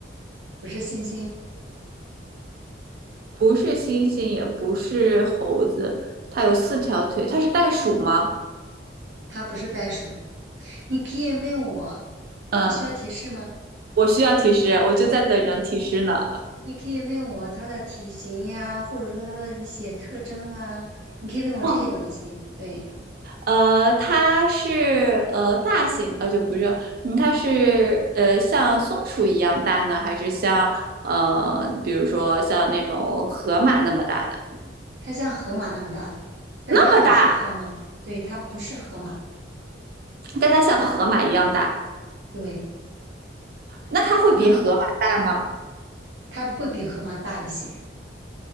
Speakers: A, on the right (about 90°); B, on the right (about 55°).
A: 不是猩猩，
B: 不是猩猩，也不是猴子，它有四条腿，它是袋鼠吗？
A: 它不是袋鼠。你可以问我，
B: 嗯，
A: 你需要提示吗？
B: 我需要提示，我就在等人提示呢。
A: 你可以问我它的体型呀，或者说它的一些特征啊，你可以问我这些东西。
B: 哦，
A: 对，
B: 呃，它是呃大型，呃就不是，嗯，它是呃像松鼠一样大呢，还是像呃比如说像那种河马那么大的？
A: 它像河马那么大的，但它不是河马，
B: 那么大，
A: 对，它不是河马，
B: 但它像河马一样大，
A: 对，
B: 那它会比河马大吗？
A: 可能它会比河马大一些。